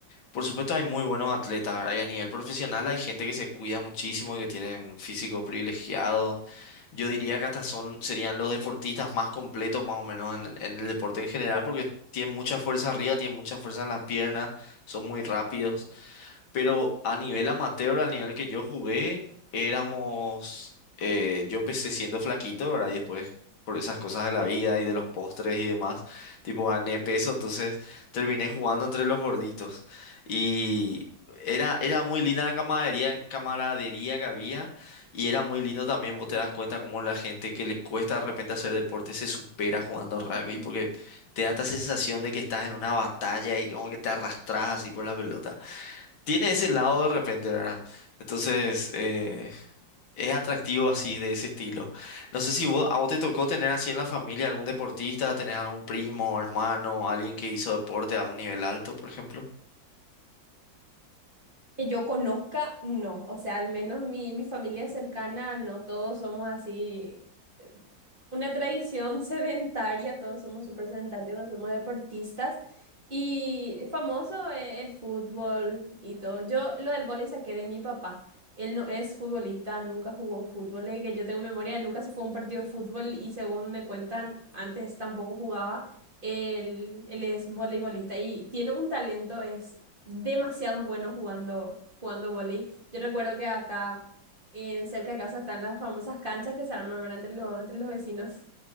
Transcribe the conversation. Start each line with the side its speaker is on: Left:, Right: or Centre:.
Left: por supuesto hay muy buenos atletas, ahora y a nivel profesional hay gente que se cuida muchísimo y que tienen físicos privilegiados. Yo diría que hasta son, serían los deportistas más completos más o menos en, en el deporte en general, porque tienen mucha fuerza arriba, tienen mucha fuerza en las piernas, son muy rápidos. Pero a nivel amateur, al nivel que yo jugué, éramos... eh, yo empecé siendo flaquito, ¿verdad? Y después, por esas cosas de la vida y de los postres y demás, tipo gané peso, entonces terminé jugando entre los gorditos. Y era, era muy linda la camaradería, camaradería que había y era muy lindo también, vos te das cuenta cómo la gente que le cuesta de repente hacer deporte se supera jugando rugby
Right: Ujú.
Left: porque te da esta sensación de que estás en una batalla y como que te arrastras así por la pelota tiene ese lado de repente, ¿verdad? Entonces, eh, es atractivo así de ese estilo. No sé si vos, a vos te tocó tener así en la familia algún deportista, tener algún primo, hermano, alguien que hizo deporte a un nivel alto, por ejemplo.
Right: Que yo conozca, no. O sea, al menos mi, mi familia cercana, no todos somos así una tradición sedentaria, todos somos súper sedentarios, no somos deportistas. Y famoso eh, el fútbol y todo. Yo lo del vóley saqué de mi papá. Él no es futbolista, nunca jugó fútbol. Desde que yo tengo memoria, él nunca se fue a un partido de fútbol y según me cuentan, antes tampoco jugaba. Él, él es voleibolista y tiene un talento, es demasiado bueno jugando, jugando vóley. Yo recuerdo que acá. En cerca de casa están las famosas canchas que se arman ¿verdad? entre los, entre los vecinos.